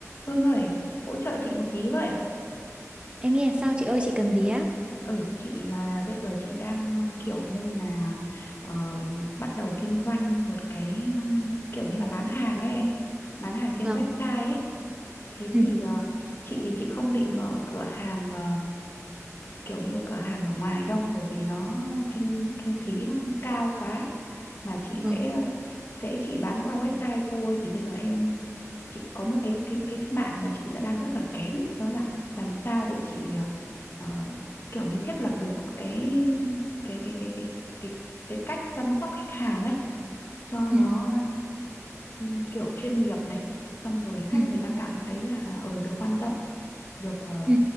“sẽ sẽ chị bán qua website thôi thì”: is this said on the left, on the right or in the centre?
Left